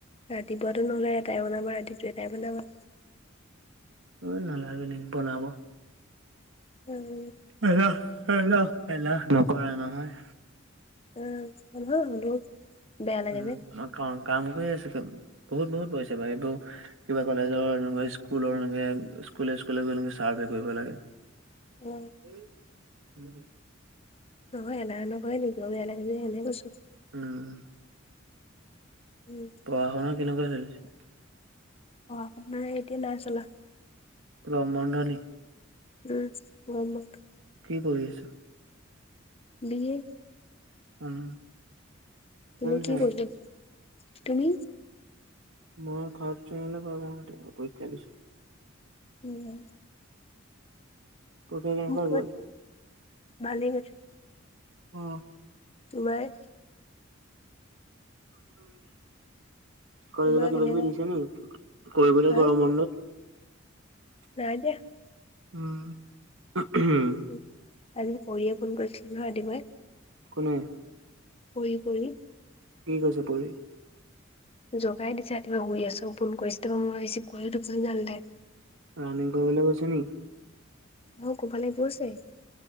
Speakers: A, on the left; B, on the right.
A: ৰাতিপুৱাটো নহ'লে এটাই বনাবা, ৰাতিটো এটাই বনাবা।
B: <unintelligible> বনাব
A: উম।
B: এলা এলা নকৰা নহয়।
A: <unintelligible> লাগে
B: উম
A: যে
B: কাম কৰি আছে, বহুত বহুত পইছো বাৰু এইবোৰ কিবা কলেজৰ স্কুলৰ স্কুল স্কুল গৈ চাৰ্ভে কৰিব লাগে।
A: অ
B: উম।
A: <unintelligible> এনে কৈছো
B: উম।
A: উম
B: পঢ়া-শুনা কেনেকুৱা চলিছে?
A: অ আপোনাৰ এতিয়া নাই চলা।
B: ৰম মণ্ডলী
A: <unintelligible>
B: কি কৰি আছো?
A: B A
B: um.
A: <unintelligible>
B: কোন চেম?
A: তুমি
B: মই <unintelligible> অপেক্ষা দিছো
A: উম
B: পৰীক্ষা কেনেকুৱা
A: গুড
B: গ'ল?
A: ভালেই কৈছে।
B: অ।
A: তোমাৰ
B: কলেজৰ
A: তোমাৰ
B: পৰা কিবা
A: কেনেকুৱা
B: কিবি দিছে নি, কৰিবলৈ
A: হা
B: গৰম বন্ধত?
A: <unintelligible>
B: উম।
A: উ আজি পঢ়িয়ে ফোন কৰিছিলো <unintelligible>
B: উম।
A: পৰি পৰি।
B: কি কৈছে পৰি?
A: জগাই দিছে ৰাতি শুই আছো, ফোন কৰিছো <unintelligible>
B: ৰানিং কৰিবলৈ কৈছে নেকি?
A: <unintelligible>